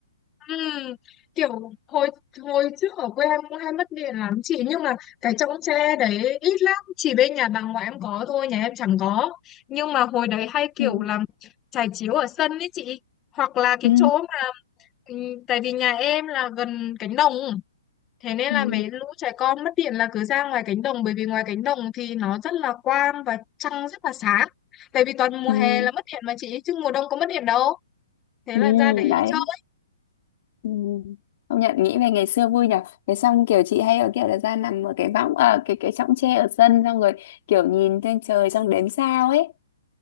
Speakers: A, on the left (about 20°); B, on the left (about 45°).
A: Ừm, kiểu hồi hồi trước ở quê em cũng hay mất điện lắm chị nhưng mà cái chõng tre đấy ít lắm chỉ bên nhà bà ngoại em có thôi nhà em chẳng có nhưng mà hồi đấy hay kiểu
B: Ừ.
A: làm trải chiếu ở sân ấy chị hoặc là cái
B: Ừ.
A: chỗ mà ừm, tại vì nhà em là gần cánh đồng Thế nên
B: Ừ.
A: là mấy lũ trẻ con mất điện là cứ ra ngoài cánh đồng bởi vì ngoài cánh đồng thì nó rất là quang và trăng rất là sáng. Tại vì toàn mùa
B: Ừ.
A: hè là mất điện mà chị chứ mùa đông có mất điện đâu. Thế
B: Ừ.
A: là ra để
B: Đấy
A: chơi.
B: Ừ. Công nhận nghĩ về ngày xưa vui nhở Thế xong kiểu chị hay ở kiểu là ra nằm ở cái võng ở cái cái chõng tre ở sân xong rồi kiểu nhìn lên trời xong đếm sao ấy.